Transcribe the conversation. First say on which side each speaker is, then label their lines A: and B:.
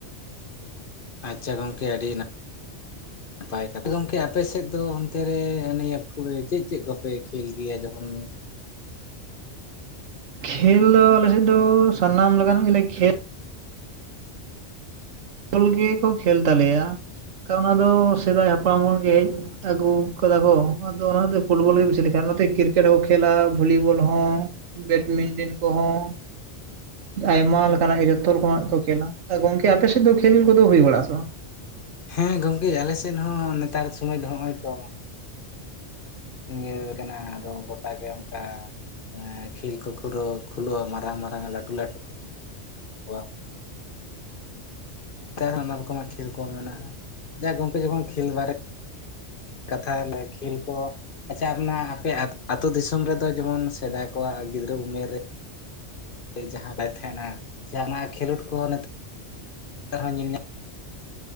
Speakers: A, on the left; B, on the right.
A: ᱟᱪᱪᱷᱟ ᱜᱚᱝᱠᱮ ᱟᱹᱰᱤ <inaudible> ᱱᱟᱯᱟᱭ ᱟᱯᱮ ᱜᱚᱝᱠᱮ ᱟᱯᱮ ᱥᱮᱫ ᱫᱚ ᱚᱱᱛᱮ ᱨᱮ ᱱᱮᱯᱷ ᱪᱮᱫ ᱪᱮᱫ ᱠᱚᱯᱮ ᱠᱷᱮᱞ ᱜᱮᱭᱟ ᱡᱚᱠᱷᱚᱱ
B: ᱠᱷᱮᱞ ᱫᱚ ᱟᱞᱮᱥᱮᱫ ᱫᱚ ᱥᱟᱱᱟᱢ ᱞᱮᱠᱟᱱᱟᱜ ᱜᱮᱞᱮ <inaudible> ᱯᱷᱵᱚᱞ ᱜᱮᱠᱚ ᱠᱷᱮᱞ ᱛᱟᱞᱮᱭᱟ ᱚᱱᱟ ᱫᱚ ᱥᱮᱫᱟᱭ ᱦᱟᱯᱲᱟᱢ ᱠᱚ ᱜᱮ ᱦᱮᱡ ᱟᱹᱜᱩ ᱠᱟᱫᱟ ᱠᱚ ᱟᱫᱚ ᱚᱱᱟᱛᱮ ᱯᱷᱩᱴᱵᱚᱞ ᱜᱮ ᱵᱮᱥᱤ ᱞᱮ ᱠᱷ ᱱᱚᱛᱮ ᱠᱨᱤᱠᱮᱴ ᱦᱚᱸ ᱠᱷᱮᱞᱟ ᱵᱷᱚᱞᱤᱵᱚᱞ ᱦᱚᱸ ᱵᱮᱰᱢᱤᱱᱴᱚᱱ ᱠᱚᱦᱚᱸ ᱟᱭᱢᱟ ᱞᱮᱠᱟᱱᱟᱜ ᱜᱮ ᱡᱚᱛᱚ ᱨᱚᱠᱚᱢᱟᱜ ᱠᱚ ᱠᱷᱮᱹᱞᱟ ᱜᱚᱢᱠᱮ ᱟᱯᱮ ᱥᱮᱫ ᱫᱚ ᱠᱷᱮᱞ ᱠᱚᱫᱚ ᱦᱩᱭ ᱵᱟᱲᱟᱜᱼᱟ ᱥᱮ ᱵᱟᱝ
A: ᱦᱮᱸ ᱜᱚᱝᱠᱮ ᱟᱞᱮ ᱥᱮᱫ ᱦᱚᱸ ᱱᱮᱛᱟᱨ ᱥᱚᱢᱚᱭ ᱫᱚ ᱦᱚᱸᱜᱼᱚᱭ ᱛᱚ ᱤᱭᱟᱹ ᱠᱟᱱᱟ ᱟᱫᱚ ᱜᱚᱴᱟ ᱜᱮ ᱚᱱᱠᱟ ᱮᱸ ᱠᱷᱮᱞ ᱠᱚ ᱠᱷᱩᱨᱟᱹᱣ ᱠᱷᱩᱞᱟᱹᱣᱼᱟ ᱢᱟᱨᱟᱝ ᱢᱟᱨᱟᱝ ᱞᱟᱹᱴᱩ ᱞᱟᱹᱴ ᱣᱟᱜ᱾ ᱛᱟ ᱱᱟᱱᱟ ᱨᱚᱠᱚᱢᱟᱜ ᱠᱷᱮᱞ ᱠᱚ ᱢᱮᱱᱟᱜᱼᱟ ᱡᱟᱸᱦᱟ ᱜᱚᱝᱠᱮ ᱡᱮᱢᱚᱱ ᱠᱷᱮᱞ ᱵᱟᱨᱮ ᱠᱟᱛᱷᱟ ᱟᱞᱮ ᱠᱷᱮᱞ ᱠᱚ᱾ ᱟᱪᱪᱷᱟ ᱟᱢ ᱱᱟ ᱟᱯᱮ ᱟᱛ-ᱟᱹᱛᱳ ᱫᱤᱥᱚᱢ ᱨᱮᱫᱚ ᱡᱮᱢᱚᱱ ᱥᱮᱫᱟᱭ ᱠᱚᱣᱟᱜ ᱜᱤᱫᱽᱨᱟᱹ ᱩᱢᱮᱨ ᱨᱮ ᱡᱟᱦᱟᱸ ᱵᱟᱭ ᱛᱟᱸᱦᱮᱱᱟ ᱡᱟᱦᱟᱸᱱᱟᱜ ᱠᱷᱮᱞᱳᱰ ᱠᱚᱦᱚᱸ ᱱᱤᱛᱚᱜ <inaudible> ᱧᱮᱞ ᱧᱟᱢ